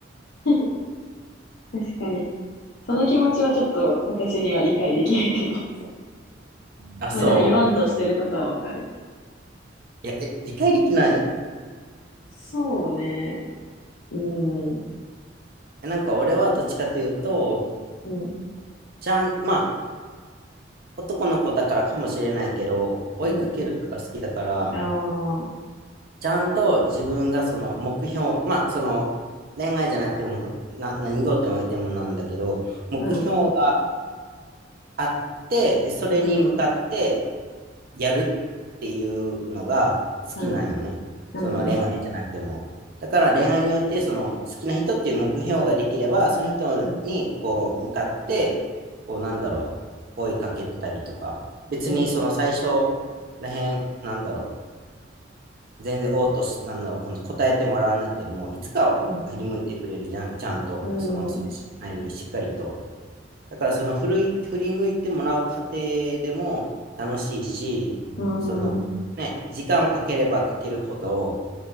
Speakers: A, on the left (about 60°); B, on the right (about 55°).
A: <laughs> 確かに。その気持ちはちょっと私には理解できへんけど。<laughs>
B: あ、そう
A: まあでも言わんとしてることはわかる。
B: いや、え、理解できない
A: そうね。うん、う
B: えなんか俺はどっちかというと、
A: ん、
B: ちゃん、まあ、男の子だからかもしれないけど、追いかけるのが好きだから、
A: うん。ああ、
B: ちゃんと自分がその目標、まあその恋愛じゃなくてもな何事においてもなんだけど、目標が
A: うん、
B: あって、でそれに向かって
A: うん、
B: やるっていうのが好きなんよね。
A: うん、うん、
B: その恋愛じゃなくても。
A: うん、
B: だから恋愛においてその好きな人っていう目標ができれば、その人にこう向かって、
A: うん、
B: こうなんだろう、追いかけたりとか、別にその最初
A: うん、
B: らへん、なんだろう、全然応答し、なんだろう、この答えてもらわなくても、いつかを振り向いてくれるじゃん、
A: うん、
B: ちゃんと、
A: う
B: その、それなりにしっかりと。
A: ん、
B: だから、その振り、振り向いてもらう過程でも楽しいし、
A: う
B: その、
A: ん、
B: ね、時間をかければかけるほど、